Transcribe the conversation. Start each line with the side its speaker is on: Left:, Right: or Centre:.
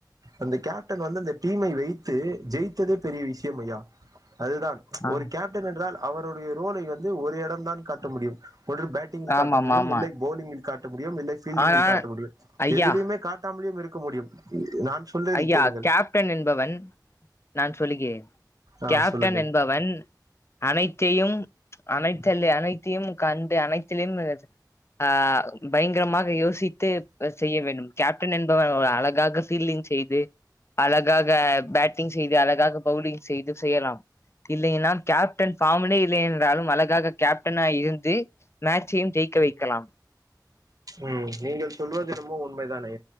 Right: அந்த கேப்டன் வந்து அந்த டீமை வைத்து ஜெயித்ததே பெரிய விஷயம் ஐயா அதுதான்
Left: ஆ
Right: ஒரு கேப்டன் என்றால் அவருடைய ரோலை வந்து ஒரு இடம் தான் காட்ட முடியும் ஒன்று பேட்டிங் காட்ட
Left: ஆமாம்
Right: முடியும்
Left: ஆமா
Right: இல்லை போலிங்கில் காட்ட முடியும் இல்லை பீல்டிங்கில்
Left: ஆனால்
Right: காட்ட முடியும்
Left: ஐயா
Right: எதுலேயுமே காட்டாமலியும் இருக்க முடியும் நான் சொல்றதை
Left: ஐயா
Right: கேளுங்கள்
Left: கேப்டன் என்பவன் நான் சொல்லுகிரேன்
Right: ஆ
Left: கேப்டன்
Right: சொல்லுங்கள்
Left: என்பவன் அனைத்தையும் அனைத்தலே அனைத்தையும் கண்டு அனைத்தலையும் அ பயங்கரமாக யோசித்து செய்ய வேண்டும் கேப்டன் என்பவன் அழகாக ஃபீல்டிங் செய்து அழகாக பேட்டிங் செய்து அழகாக பவுலிங் செய்து செய்யலாம் இல்லைனால் கேப் ஃபார்மலே இல்லலைன்றாலும் அழகாக கேப்டனா இருந்து மேட்சையும் ஜெயிக்க வைக்கலாம்
Right: ம் நீங்கள் சொல்வது என்னமோ உண்மைதானே